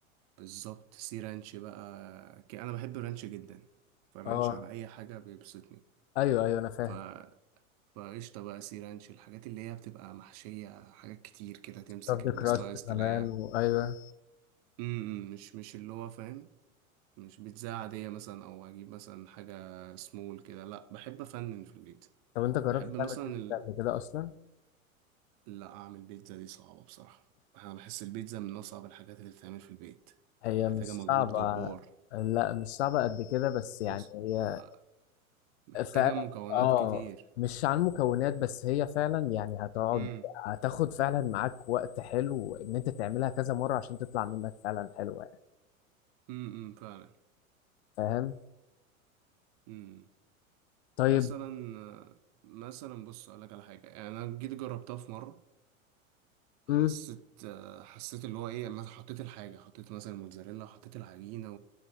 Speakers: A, on the right; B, on the left.
A: بالظبط سي رانش بقى ك- أنا بحب الرانش جدا فالرانش
B: أه
A: على أي حاجة بيبسطني
B: أيوه أيوه أنا فاهم
A: ف فقشطة بقى سي رانش الحاجات اللي هي بتبقى محشية حاجات كتير كده تمسك
B: رفض
A: السلايس
B: كراست كمان
A: تلاقيها
B: وأيوه
A: م- م، مش مش اللي هو فاهم مش بيتزا عادية مثلا أو أجيب مثلا حاجة سمول كده لأ بحب أفنن في البيتزا
B: طب أنت جربت
A: بحب مثلا
B: تعمل كيكة
A: ال-
B: قبل كده أصلا؟
A: لأ أعمل بيتزا دي صعبة بصراحة أنا بحس البيتزا من أصعب الحاجات اللي بتتعمل في البيت
B: هي
A: محتاجة
B: مش صعبة
A: مجهود جبار
B: لا مش صعبة قد كده بس
A: بص
B: يعني هي
A: آه، محتاجة
B: فعلا
A: مكونات
B: أه
A: كتير
B: مش عن المكونات بس هي فعلا يعني هتقعد
A: أمم
B: هتاخد فعلا معاك وقت حلو إن أنت تعملها كذا مرة عشان تطلع منك فعلا حلوة يعني
A: أمم أمم، فعلا
B: فاهم؟
A: أمم
B: طيب
A: مثلا آه، مثلا بص أقولك على حاجة يعني أنا جيت جربتها في مرة حسيت
B: امم
A: آه، حسيت اللي هو ايه لما حطيت الحاجه حطيت مثلا الموتزاريلا حطيت العجينه